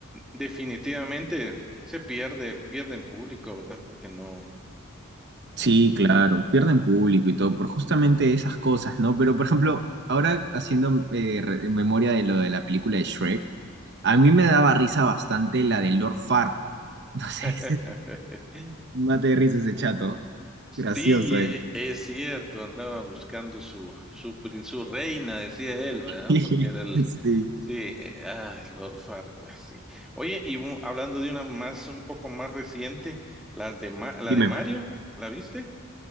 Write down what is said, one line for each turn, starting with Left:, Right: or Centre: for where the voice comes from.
Centre: definitivamente se pierde, pierden público, ¿verdad? Porque no.
Right: sí,
Centre: ah,
Right: claro, pierden público y todo por justamente esas cosas, ¿no? Pero por ejemplo, ahora haciendo eh, re- memoria de lo de la película de Shrek,
Centre: ujú.
Right: a mí me daba risa bastante la de Lord Farquaad. <laughs> No sé,
Centre: <laughs>
Right: Mate de risa ese chato. Gracioso
Centre: Sí,
Right: era.
Centre: e- es cierto, andaba buscando su, su, prin- su reina, decía él, ¿verdad?
Right: <laughs>
Centre: Porque era el,
Right: Sí.
Centre: sí, eh, ah, Lord Farquaad, sí. Oye, y bu- hablando de una más, un poco más reciente, la de, Ma- la
Right: Dime.
Centre: de Mario, ¿la viste?